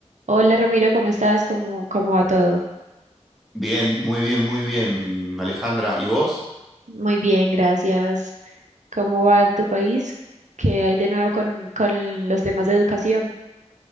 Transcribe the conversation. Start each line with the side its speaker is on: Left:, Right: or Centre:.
Right: Hola Ramiro, ¿cómo estás? ¿Cómo, cómo va todo?
Centre: Bien, muy bien, muy bien, Alejandra. ¿Y vos?
Right: Muy bien, gracias. ¿Cómo va tu país? ¿Qué hay de nuevo con, con los temas de educación?